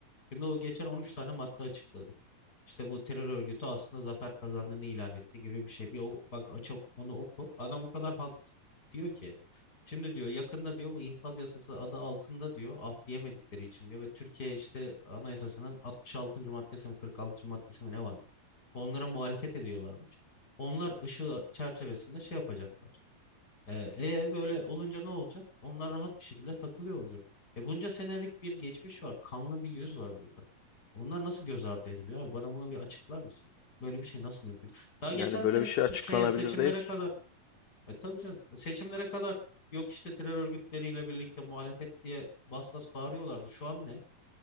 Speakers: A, on the left (about 25°); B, on the left (about 70°).
A: Şimdi o geçen 13 tane madde açıkladı. İşte bu terör örgütü aslında zafer kazandığını ilan etti gibi bir şey. Bir o, bak açık onu oku. Adam o kadar haklı diyor ki. Şimdi diyor yakında diyor bu infaz yasası adı altında diyor af diyemedikleri için diyor ve Türkiye işte anayasasının 66. maddesi mi 46. maddesi mi ne varmış? Onlara muhalefet ediyorlarmış. Onlar ışığı çerçevesinde şey yapacaklar. E, e böyle olunca ne olacak? Onlar rahat bir şekilde takılıyor olacak. E bunca senelik bir geçmiş var. Kanlı bir yüz var burada. Bunlar nasıl göz ardı ediliyor abi? Bana bunu bir açıklar mısın? Böyle bir şey nasıl mümkün? Daha
B: Yani
A: geçen
B: böyle
A: seneki
B: bir şey
A: se-
B: açıklanabilir
A: şeye seçimlere
B: değil ki.
A: kadar e tabii canım e, seçimlere kadar yok işte terör örgütleriyle birlikte muhalefet diye bas bas bağırıyorlardı. Şu an ne?